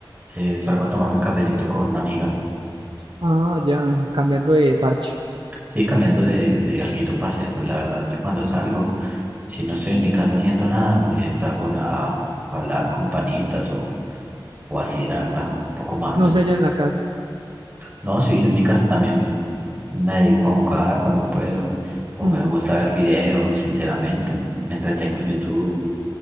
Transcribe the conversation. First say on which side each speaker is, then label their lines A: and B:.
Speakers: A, on the right (about 20°); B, on the right (about 70°).
A: eh, salgo a tomarme un cafecito con una amiga.
B: Ah, ya, cambiando de parche.
A: Sí, cambiando de, de alguito para hacer, pues la verdad, yo cuando salgo, si no estoy en mi casa haciendo nada, eh, salgo a hablar con panitas o, o así, la verdad, un poco más.
B: No sé, allá en la casa.
A: No, sí, yo en mi casa también me dedico a jugar cuando puedo, o
B: Mm,
A: me gusta ver videos, sinceramente, m- me entretengo en YouTube,